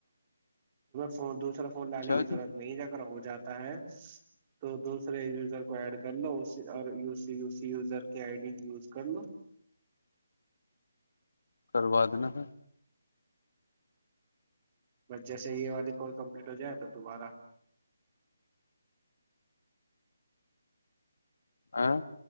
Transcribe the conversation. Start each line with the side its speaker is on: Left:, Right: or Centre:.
Right: فون دوسرا ون
Left: اچھا
Right: لانے کیضورت
Left: جی
Right: نہیں ہے اگر ہو جا ہے تو دوسرے یوزر کو ایڈ کر لو اس اور یو سسی یوزر کی آئی ڈی یوز کر لو
Left: کروا دینا ہے
Right: بس جیسے یہ والی کور کمپلیٹ ہو جائے تو تمہارا
Left: آ <unintelligible>